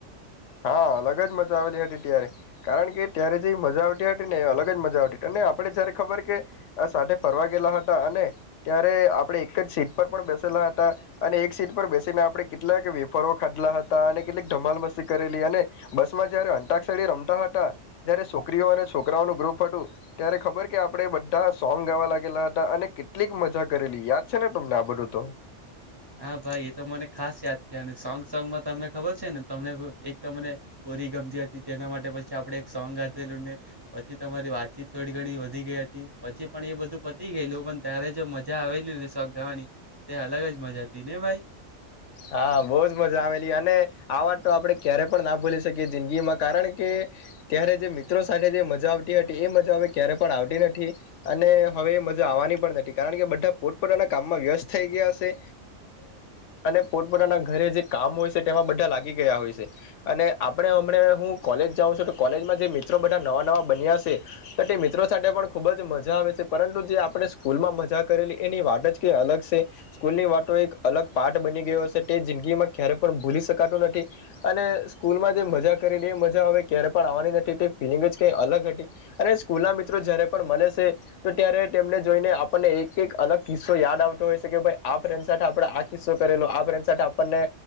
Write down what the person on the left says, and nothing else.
હા અલગ જ મજા આવેલી હતી ત્યારે, કારણ કે ત્યારે જે મજા આવતી હતી ને અલગ જ મજા આવતી હતી અને આપડે જયારે ખબર કે, આ સાથે ફરવા ગયલા હતા અને ત્યારે આપડે એક જ સીટ પર પણ બેસેલા હતા અને એક સીટ પર બેસીને આપણે કેટલાક વેફરો ખાધલા હતા અને કેટલીક ધમાલ મસી કરેલી અને, બસમાં જયારે અંટાક્ષળી રમતા હતા જ્યારે છોકરીઓ અને છોકરાઓનું ગ્રુપ ફટું, ત્યારે ખબર કે આપ આપણે બધા સોંગ ગાવા લાગેલા હતા અને કેટલીક મજા કરેલી યાદ છે ને તમને આ બધું તો?
હા બહુજ મજા આવેલી અને આ વાત તો આપણે ક્યારે પણ ના ભૂલી શકીએ જિંદગીમાં કારણ કે ત્યારે જે મિત્રો સાથે જે મજા આવતી હતી એ મજા હવે ક્યારે પણ આવતી નથી અને હવે એ મજા આવવાની પણ નથી કારણ કે બધા પોતપોતાના કામમાં વ્યસ્ત થઈ ગયા હશે અને અને પોતપોતાના ઘરે જે કામ હોય છે તેમાં બધા લાગી ગયા હોય છે અને આપણે હમણાં હું કોલેજ જાઉં છું તો કોલેજમાં જે મિત્રો બધા નવા નવા બન્યા છે તો તે મિત્રો સાથે પણ ખૂબ જ મજા આવે છે પરંતુ જે આપણે સ્કૂલમાં મજા કરેલી એની વાત જ કં અલગ છે સ્કૂલની વાતો એક અલગ પાર્ટ બની ગયો હશે તે જિંદગીમાં ક્યારે પણ ભૂલી શકાતું નથી અને સ્કૂલમાં જે મજા કરેલી એ મજા હવે ક્યારે પણ આવવાની નથી તે ફિલિંગ જ કઈ અલગ હતી અને સ્કૂલ ના મિત્રો જયારે પણ મળે શે તો ત્યારે તેમને જોઈને આપને એક એક અલગ કિસ્સો યાદ આવતો હોય છે કે ભઈ આ ફ્રેન્ડ સાથે આપ કીસ્સો કરેલો આપડે છે ને આપણને